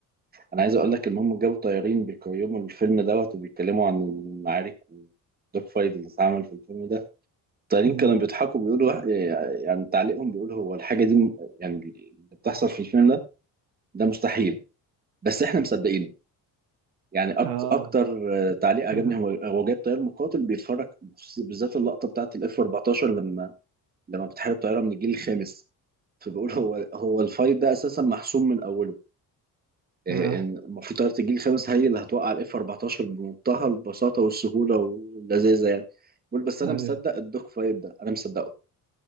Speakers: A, on the right; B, on the right.
A: أنا عايز أقول لك إن هم جابوا طيارين بيقيموا الفيلم دوت وبيتكلموا عن المعارك والدوج فايت اللي اتعمل في الفيلم ده الطيارين
B: امم
A: كانوا بيضحكوا بيقولوا آه، يعني تعليقهم بيقول هو الحاجة دي م- يعني اللي بتحصل في الفيلم ده ده مستحيل بس إحنا مصدقين يعني أك-
B: اه
A: اكتر آه، تعليق عجبني
B: <laughs>
A: هو هو جايب طيار مقاتل بيتفرج بخصوص- بالذات اللقطه بتاعت الاف 14 لما لما بتحارب طياره من الجيل الخامس فبيقول هو هو الفايت ده اساسا محسوم من اوله آه،
B: اه
A: ان المفروض طياره الجيل الخامس هي اللي هتوقع الاف 14 بمنتهى البساطه والسهوله واللذاذه يعني بيقول بس انا
B: ايوه
A: مصدق الدوك فايت ده انا مصدقه